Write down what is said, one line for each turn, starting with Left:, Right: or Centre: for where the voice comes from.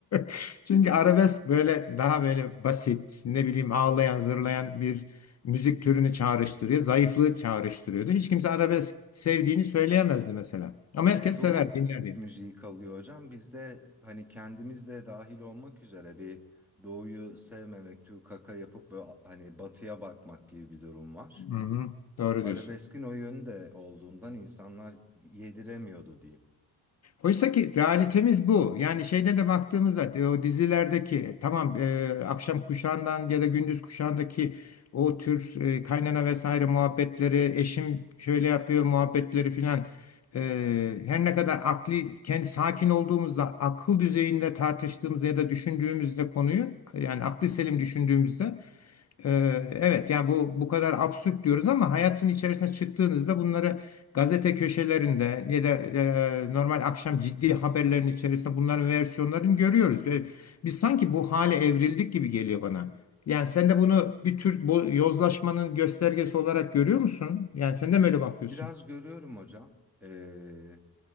Left: <laughs> Çünkü arabesk böyle daha böyle basit, ne bileyim ağlayan, zırlayan bir müzik türünü çağrıştırıyor, zayıflığı çağrıştırıyordu. Hiç kimse arabesk sevdiğini söyleyemezdi mesela. Ama
Centre: Bir
Left: herkes
Centre: de Doğu
Left: sever, dinlerdi.
Centre: müziği kalıyor hocam. Bizde hani kendimiz de dahil olmak üzere bir Doğu'yu sevmemek, tüy kaka yapıp böyle hani batıya bakmak gibi bir durum var.
Left: Hı hı, doğru
Centre: arabeskin
Left: diyorsun.
Centre: o yönde olduğundan insanlar yediremiyordu diyeyim.
Left: Oysa ki realitemiz bu. Yani şeyde de baktığımızda e, o dizilerdeki e, tamam e, akşam kuşağından ya da gündüz kuşağındaki o tür e, kaynana vesaire muhabbetleri eşim şöyle yapıyor muhabbetleri filan e, her ne kadar akli kendi sakin olduğumuzda akıl düzeyinde tartıştığımızda ya da düşündüğümüzde konuyu yani akli selim düşündüğümüzde ee, Evet yani bu bu kadar absürt diyoruz ama hayatın içerisine çıktığınızda bunları gazete köşelerinde ya da e, normal akşam ciddi haberlerin içerisinde bunların versiyonlarını görüyoruz ve biz sanki bu hale evrildik gibi geliyor bana. Yani sen de bunu bir tür bu yozlaşmanın göstergesi olarak görüyor musun? Yani sen de mi öyle bakıyorsun?
Centre: Biraz görüyorum hocam. Ee,